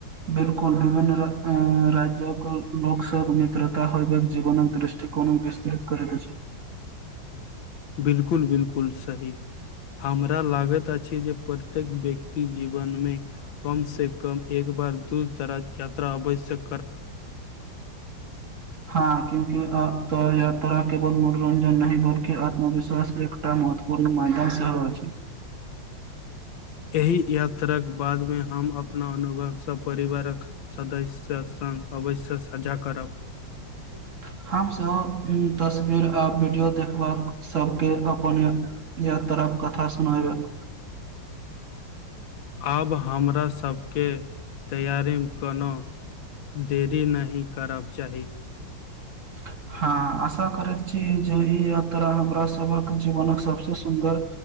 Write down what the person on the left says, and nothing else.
बिलकुल बिलकुल सही हमरा लागैत अछि जे प्रत्येक व्यक्ति जीवनमे कम से कम एक बार दूर दराज यात्रा आवश्यक
एहि यात्राक बादमे हम अपना अनुभवसँ परिवारक सदस्य संग अवश्य साझा करब
आब हमरा सबके तैयारीमे कोनो देरी नहि करब चाही